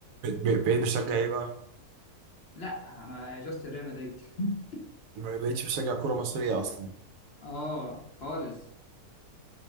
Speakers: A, on the right; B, on the left.
A: وبقيت بشجع ايه بقى؟
B: لا ما جاست ريال مدريد <laughs>
A: ما بقيتش بشجع كوره مصريه اصلا
B: اه خالص